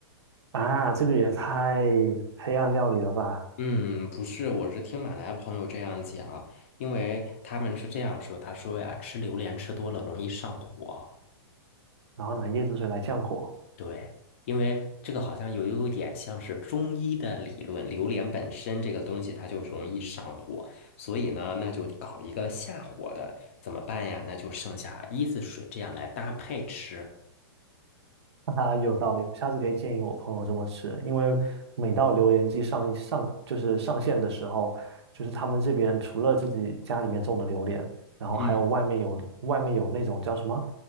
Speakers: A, on the right; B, on the left.
A: 啊，这个也太黑暗料理了吧？
B: 嗯，不是，我是听马来朋友这样讲，因为他们是这样说，他说呀，吃榴莲吃多了容易上火。
A: 然后拿椰子水来降火。
B: 对，因为这个好像有有点像是中医的理论，榴莲本身这个东西它就容易上火，所以呢，那就搞一个下火的，怎么办呀？那就剩下椰子水这样来搭配吃。
A: 哈哈，有道理，下次可以建议我朋友这么吃，因为每到榴莲季上上就是上线的时候，就是他们这边除了自己家里面种的榴莲，然后还有外面有外面有那种叫什么
B: 嗯，